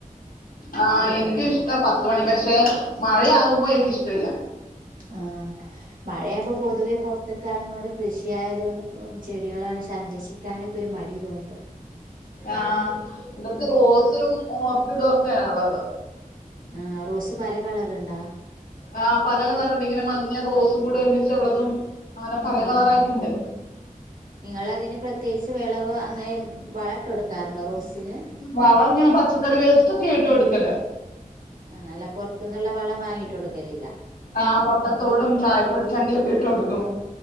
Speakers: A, on the left; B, on the right.
A: ആ എനിക്കും
B: കാണാന്
A: ഇഷ്ട പത്ത് മണി പക്ഷെ മഴയാവുമ്പോ എനിക്കിഷ് ട്ടല്ല
B: ആ മഴയാകുമ്പോ പൊതുവെ പൊറത്തെ കാര്യങ്ങളോട് കൃഷി ആയത് കൊണ്ട് ചെടികള സംരക്ഷിക്കാനൊക്കെ ഒരു മടി തോന്നി തൊട
A: ആ ഇതൊക്കെ റോസും ഓർക്കിഡും ഒക്കെയ ഇള്ളത്
B: ആ റോസ് പല കളർ ഇണ്ടാ
A: ആ പല കളറുണ്ട് ഇങ്ങനെ മഞ്ഞ റോസും കൂടി ഒരുമിച്ചുള്ളതും അങ്ങനെ പല കളറായിട്ടുണ്ട്
B: ആ നിങ്ങളതിന് പ്രത്യേകിച്ച് വള അപ്പോൾ അങ്ങനെ വളം ഇട്ട് കൊടുക്കാറുണ്ടോ റോസിന്
A: വളം ഇങ്ങനെ പച്ചക്കറി വേസ്റ്റ് ഒക്കെയാ ഇട്ട് കൊടുക്കല്
B: ആ അല്ല പൊറത്ത് നിന്നുള്ള വളം വാങ്ങിയിട്ട് കൊടുക്കലില്ല
A: ആ മൊട്ടത്തോടും ചായപ്പൊടിച്ചണ്ടിയും ഒക്കെ ഇട്ട് കൊടുക്കും